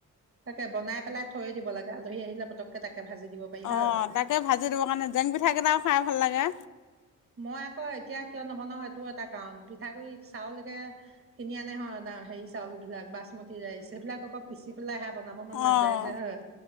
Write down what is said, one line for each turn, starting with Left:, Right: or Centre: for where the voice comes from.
Right: তাকে বনাই পেলাই থৈ দিব লাগে আলহী আহিলে পটককে তাকে ভাজি দিব পাৰি হয়।
Left: অ তাকে ভাজি দিব কাৰণে জেং পিঠা কেইটাও খাই ভাল লাগে
Right: মই আক এতিয়া কিয় নবনাও এইটো এটা কাৰণ পিঠাগুৰি চাউলকে কিনি আনে হয় হেৰি চাউল বিলাক বাচমতি ৰাইচ সেইবিলাক আকৌ পিচি পেলাই বনাব মন নেযায়
Left: অঁ
Right: যে হয়